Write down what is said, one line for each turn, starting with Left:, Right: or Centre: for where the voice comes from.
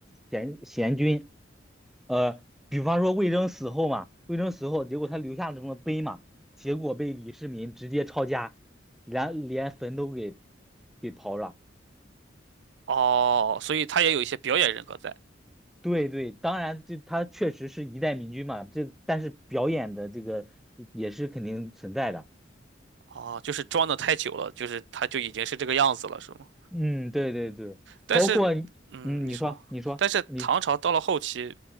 Centre: 贤贤君。呃，比方说魏征死后嘛，魏征死后，结果他留下了什么碑嘛，结果被李世民直接抄家，连连坟都给给刨了。
Right: 哦，所以他也有一些表演人格在。
Centre: 对对，当然这他确实是一代明君嘛，这但是表演的这个也是肯定存在的。
Right: 哦，就是装的太久了，就是他就已经是这个样子了，是吗？
Centre: 嗯，对对对，
Right: 但是，
Centre: 包括你嗯，
Right: 嗯，你说，
Centre: 你说你说你
Right: 但是唐朝到了后期，